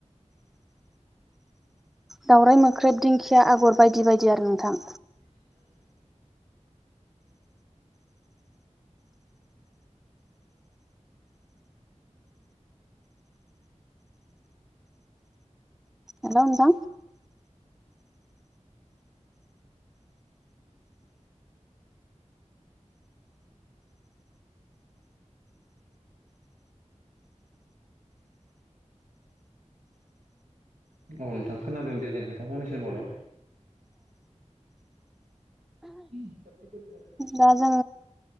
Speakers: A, in the centre; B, on the right.
A: दावराइ मोख्रेब दिंखिया आगर बायदि बायदि आरो नोंथां हेल' नोंथां
B: अ नोंथां खोनादों देलाय नोंथा फंनैसो होनबावलाय <unintelligible>
A: दा जों